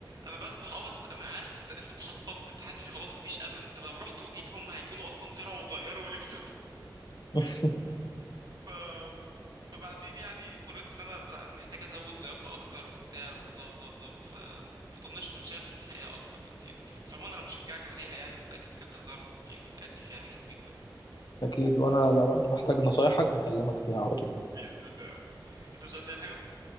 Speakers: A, on the right; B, on the left.
A: انا بسبح اه بس انا عارف انت انت اتحطمت انت حاسس ان خلاص مفيش امل انت لو رحت وجيت هم هيكونوا اصلا طلعوا وغيروا لبسوا <laughs>
B: <laughs>
A: ف... فبعدين يعني اضطريت ان انا لا، انا محتاج ازود لياقه اكتر وبتاع وبلا بلا بلا ف فطنشت واتشغلت في الحقيقه اكتر بكتير بس عموما انا بشجعك عليها يعني ومتاكد إنك انت هتعرف يعني تأدي فيها حلو جدا
B: أكيد وأنا لو وقت محتاج نصايحك هكلمك فيها على طول
A: باذن الله يا عمو انت مش عايز اي حاجه